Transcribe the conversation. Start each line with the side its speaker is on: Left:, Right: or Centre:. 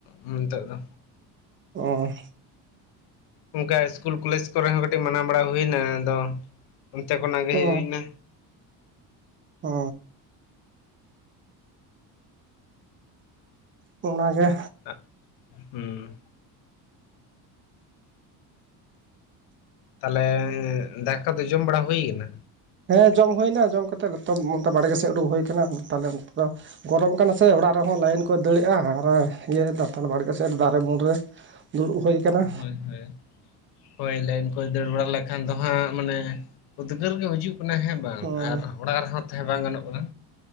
Left: ᱦᱟᱸᱜ ᱱᱤᱛᱳᱜ ᱫᱚ
Right: ᱚ
Left: ᱚᱱᱠᱟ ᱤᱥᱠᱩᱞ ᱠᱚᱞᱮᱡᱽ ᱠᱚᱨᱮ ᱦᱚᱸ ᱠᱟᱹᱴᱤᱡ ᱢᱟᱱᱟᱣ ᱵᱟᱲᱟ ᱦᱩᱭ ᱮᱱᱟ ᱟᱫᱚ ᱚᱱᱛᱮ ᱠᱷᱚᱱᱟᱜ ᱜᱮ
Right: ᱚ
Left: ᱦᱮᱡ ᱦᱩᱭ ᱮᱱᱟ
Right: ᱚ ᱚᱱᱟᱜᱮ
Left: ᱟᱜ ᱦᱩᱸ ᱛᱟᱦᱞᱮ ᱫᱟᱠᱟ ᱫᱚ ᱡᱚᱢ ᱵᱟᱲᱟ ᱦᱩᱭ ᱠᱟᱱᱟ
Right: ᱦᱮᱸ ᱡᱚᱢ ᱦᱩᱭᱱᱟ ᱡᱚᱢ ᱠᱟᱛᱮᱫ ᱱᱚᱛᱮ ᱵᱟᱲᱜᱮ ᱥᱮᱫ ᱩᱰᱩᱠ ᱦᱩᱭ ᱟᱠᱟᱱᱟ ᱛᱟᱦᱞᱮ ᱚᱱᱛᱮ ᱫᱚ ᱜᱚᱨᱚᱢ ᱠᱟᱱᱟ ᱥᱮ ᱚᱲᱟᱜ ᱨᱮᱦᱚᱸ ᱞᱟᱭᱤᱱ ᱠᱚᱭ ᱫᱟᱹᱲᱮᱜᱼᱟ ᱟᱨ ᱤᱭᱟᱹ ᱫᱟ ᱚᱱᱛᱮ ᱵᱟᱲᱜᱮ ᱥᱮᱫ ᱨᱮ ᱫᱟᱨᱮ ᱩᱢᱩᱞ ᱨᱮ ᱫᱩᱲᱩᱵ ᱦᱩᱭ ᱠᱟᱱᱟ
Left: ᱦᱳᱭ ᱱᱚᱸᱰᱮ ᱦᱳᱭ ᱞᱟᱭᱤᱱ ᱠᱚᱭ ᱫᱟᱹᱲ ᱵᱟᱲᱟ ᱞᱮᱠᱷᱟᱱ ᱫᱚ ᱦᱟᱸᱜ ᱢᱟᱱᱮ ᱩᱫᱽᱜᱟᱹᱨ ᱜᱮ ᱦᱩᱡᱩᱜ ᱠᱟᱱᱟ ᱦᱮᱸ ᱵᱟᱝ
Right: ᱦᱩᱸ
Left: ᱟᱨ ᱚᱲᱟᱜ ᱨᱮᱦᱚᱸ ᱛᱟᱦᱮᱸ ᱵᱟᱝ ᱜᱟᱱᱚᱜ ᱠᱟᱱᱟ